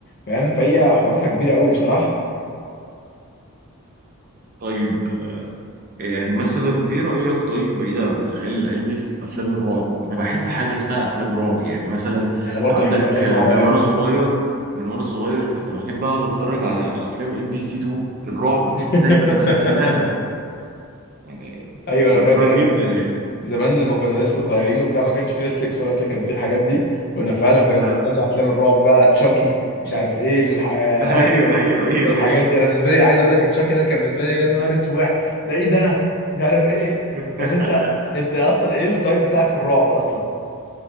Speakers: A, on the left (about 45°); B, on the right (about 40°).
A: فاهم فهي حواراتها كبيره قوي بصراحه
B: طيب آه، يعني مثلا ايه رأيك طيب بعيدا عن الخيال العلمي في افلام الرعب انا بحب حاجة اسمها افلام رعب يعني مثلا
A: انا برضو
B: عندك
A: بحب الافلام
B: آه،
A: الرعب
B: من
A: قوي
B: وانا صغير من وانا صغير كنت بحب اقعد اتفرج على افلام ام بي سي 2 الرعب كنت
A: <laughs>
B: دايما بستناها يعني
A: ايوه
B: كنت
A: انا
B: بحبها
A: فاكر كنا
B: جدا
A: بنستنى
B: يعني
A: زمان لما كنا لسه صغيرين وبتاع ما كانش في نتفليكس ولا في كان في الحاجات دي وانا فعلا كنا
B: <laughs>
A: بنستنى افلام الرعب بقى تشاكي مش عارف ايه الح... آه،
B: ايوه
A: انا
B: ايوه ايوه
A: الحاجات
B: ايوه
A: دي انا بالنسبه لي عايز اقول لك تشاكي ده كان بالنسبه لي يا نهار اسود ده ايه ده مش عارف ايه
B: <laughs>
A: بس انت انت اصلا ايه التايب بتاعك في الرعب اصلا